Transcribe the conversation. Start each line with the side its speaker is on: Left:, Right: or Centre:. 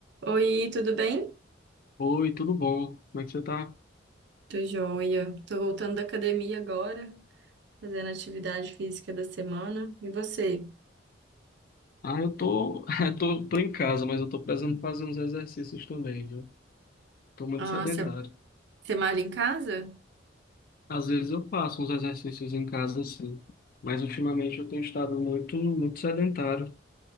Right: Oi, tudo bem?
Left: Oi, tudo bom? Como é que você tá?
Right: Tô joia. Tô voltando da academia agora, fazendo atividade física da semana. E você?
Left: Ah, eu tô, <laughs> eu tô, tô em casa, mas eu tô precisando fazer uns exercícios também, viu? Tô muito
Right: Ah,
Left: sedentário.
Right: você você malha em casa?
Left: Às vezes eu faço uns exercícios em casa, sim, mas ultimamente eu tenho estado muito, muito sedentário.